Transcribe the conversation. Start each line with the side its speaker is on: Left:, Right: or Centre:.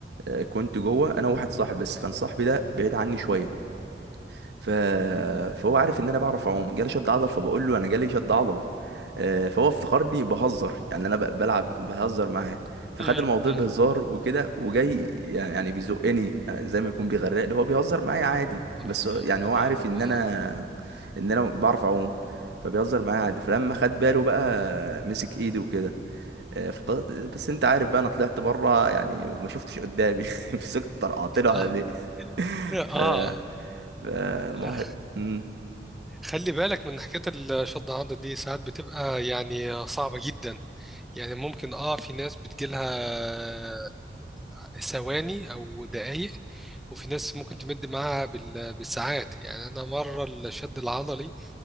Right: آه، كنت جوه انا وواحد صاحبي بس كان صاحبي ده بعيد عني شويه ف... فهو عارف ان انا بعرف اعوم جالي شد عضل فبقول له انا جالي شد عضل آه، فهو افتكرني بهزر يعني انا ب- بلعب بهزر معاه فخد
Centre: امم
Right: الموضوع
Centre: امم
Right: بهزار وكده وجاي يعني بيزقني آه، زي ما يكون بيغرقني هو بيهزر معايا عادي بس
Centre: اه
Right: هو-
Centre: دي
Right: يعني
Centre: مميت
Right: هو عارف ان انا
Centre: اه
Right: ان انا بعرف اعوم فبيهزر معايا عادي فلما خد باله بقى مسك ايدي وكده آه، فضلت بس انت عارف بقى انا طلعت بره يعني ما شفتش قدامي <laughs> مسكت طرقعت له على
Centre: اه
Right: ليه <laughs>
Centre: اه
Right: ف فالموحد
Centre: لا
Right: مم.
Centre: خلي بالك من حكايه الشد عضة دي ساعات بتبقى يعني صعبه جدا يعني ممكن اه في ناس بتجيلها ثواني او دقايق وفي ناس ممكن تمد معاها بال- بالساعات يعني انا مره الشد العضلي